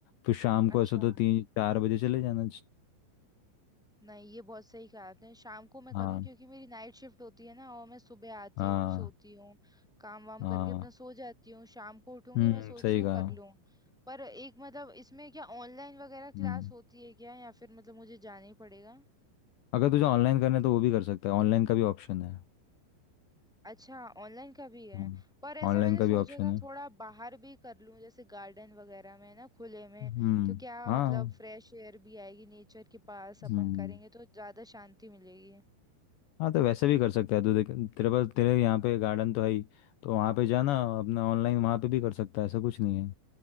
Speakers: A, on the left (about 70°); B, in the centre.
A: फिर शाम को
B: अच्छा
A: ऐसा तो तीन चार बजे चले जाना
B: नहीं ये बहुत सही कहा आपने शाम को मैं करूँ
A: हाँ
B: क्योंकि मेरी नाइट शिफ्ट होती है ना और मैं सुबह आती
A: हाँ
B: हूँ सोती हूँ काम वाम
A: हाँ
B: करके अपना सो जाती हूँ शाम को उठूंगी
A: हम्म
B: मैं सोच
A: सही
B: रही हूँ
A: कहा
B: कर लूँ पर एक मतलब इसमें क्या ऑनलाइन वगैरह
A: हम्म
B: क्लास होती है क्या या फिर मतलब मुझे जाना ही पड़ेगा
A: अगर तुझे ऑनलाइन करना है तो वो भी कर सकता है ऑनलाइन का भी ऑप्शन है
B: अच्छा ऑनलाइन का भी है
A: हम्म
B: पर ऐसा
A: ऑनलाइन
B: मैंने
A: का
B: सोचा
A: भी ऑप्शन
B: था
A: है
B: थोड़ा बाहर भी कर लूं जैसे गार्डन वगैरह में ना खुले में
A: हम्म
B: तो क्या
A: हाँ
B: मतलब फ्रेश एयर भी आएगी नेचर के पास अपन
A: हम्म
B: करेंगे तो ज्यादा शांति मिलेगी
A: हाँ तो वैसे भी कर सकता है तो देख तेरे पास तेरे यहाँ पे गार्डन तो है ही तो वहाँ पे जाना अपना ऑनलाइन वहाँ पे भी कर सकता है ऐसा कुछ नहीं है